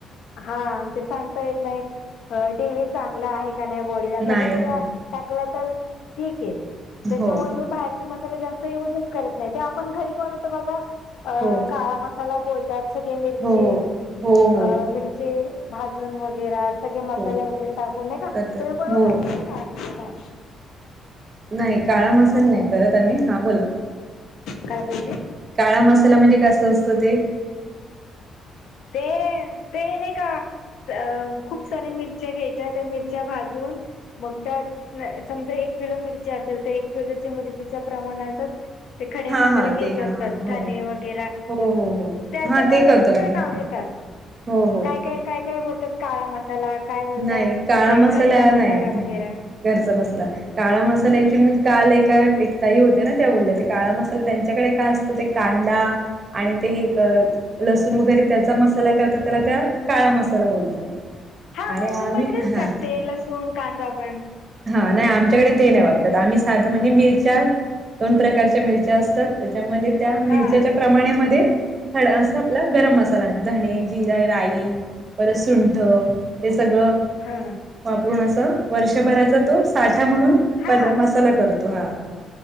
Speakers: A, on the left; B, on the right.
A: हाे सांगता येत नाही डेली चांगला आहे बॉडीला
B: नाही
A: कधी
B: हो
A: टाकला तर ठीक आहे त्याच्यामुळे
B: हो
A: मी बाहेर मत जास्त यजच करत नाही आपण घरी बनत बघा
B: हो
A: काळा मसाला बोलतात स मिरची
B: हो हो हो
A: अ
B: हो
A: मिरची भाजून वगैर मसाले
B: हो
A: वगैरे टाकून का तुम्ही
B: करतात
A: बनवत
B: हो
A: असाल काला
B: नाही काळा मसाला नाही करत आम्ही हा बोला
A: काय बोलली
B: काळा मसाला म्हणजे कस असतं ते
A: ते ते नाही का अ खूप सऱ्या मिरच्या घ्यायच्या त्या मिरच्या भाजून मग त्यात समजा एक किलो मिरची असेल तर एक किलोच्या मिरचीच्या प्रमाणातच ते खडे
B: हा
A: मसाले
B: हा
A: घ्यायचे
B: ते हा
A: असतात
B: हा हो
A: धने वगै
B: हो हो हो हो
A: त्या
B: हा
A: त्याला
B: ते
A: वेगवेगळ्या
B: करतो आम्ही
A: नाव काय
B: हो हो
A: काय काय काय बोलात काळा मा मसाला काय बोलतात
B: नाही काळा
A: ते
B: मसाला
A: घरचा
B: नाही
A: मसाला
B: नाही
A: वगैरे
B: घरचा मसला काळा मसाला क्च्युली मी कालका एकताही होत्या ना त्या बोलल्या काळा मसाला त्यांच्याकडे का असत तु ते कांदा आणि ते एक लसूण वगैरे त्याचा मसाला करतात त्याला त्या काळा मसाला बोलतात
A: हा
B: आणि
A: मम्मी
B: आम्ही
A: पण तेच
B: हा
A: टाकते लसूण कांदा पण
B: हा नाही आमच्याकडे ते नाही वापरत आम्ही साधं म्हणजे मिरच्या दोन प्रकारच्या मिरच्या असतात त्याच्यामध्ये त्या मिरच्याच्या
A: हा
B: प्रमाणामध्ये खड अस आपला गरम मसाला धणे जिरा राई परत सुंठ हे सगळं
A: हा
B: वापरून असं वर्षभराचा तो साठा म्हणून
A: हा
B: प मसाला करतो हा